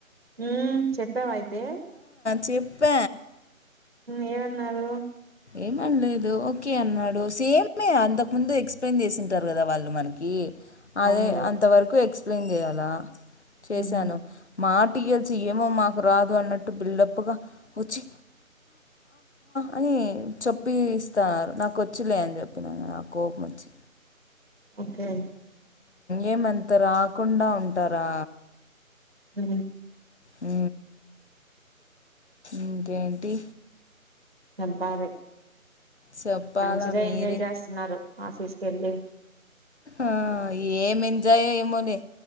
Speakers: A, on the right; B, on the left.
A: హ చెప్పావయితే
B: చెప్ప
A: ఏమన్నారు
B: ఏమనలేదు ఓకే అన్నాడు సేమ్ే అంతకుముందు ఎక్స్ప్లెయిన్ చేసింటారు కదా వాళ్ళు మనకి అదే
A: అవునులే
B: అంత వరకు ఎక్స్ప్లెయిన్ చేయాలా చేసాను
A: ఆహా
B: మాటీ్యల్సి ఏమో మాకు రాదు అన్నట్టు బిల్డప్గా వచ్చి అని చెప్పి ఇస్తన్నారు నాకు వచ్చిలే అని చెప్పినను నా కోపం వచ్చి
A: ఓకే
B: ఏమంత రాకుండా ఉంటారా
A: ఉ
B: అ ఇంకేంటి
A: చంపాలి
B: చెప్పాలా
A: మంచిగా
B: మీరే.
A: ఎంజాయ్ చేస్తున్నారు ఆఫీస్ స
B: ఆ ఏం ఎంజాయ్ అయ్య మోలే